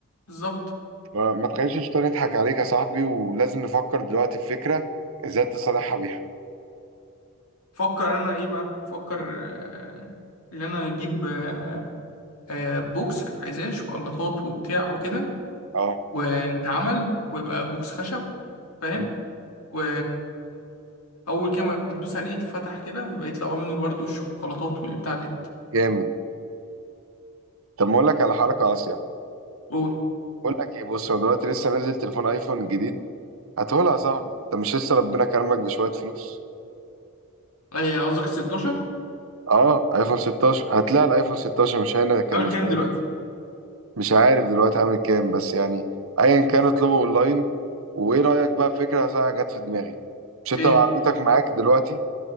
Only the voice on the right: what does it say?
فما تخليش الشيطان يضحك عليك يا صاحبي ولازم نفكر دلوقتي في فكرة إزاي تصالحها بيها
أه
م.
جامد طب ما أقول لك على حركة قاسية
بقول لك إيه بص أنا دلوقتي لسه نازل تليفون أيفون جديد هاتهولها يا صاحبي أنت مش لسه ربنا كرمك بشوية فلوس
أه أيفون 16 هتلاقي الأيفون 16 مش هنا كان
نفسها
مش عارف دلوقتي عامل كام بس يعني ايا كان اطلبه اونلاين وايه رايك بقى في فكره ساعه جت في دماغي مش انت
عربيتك معاك دلوقتي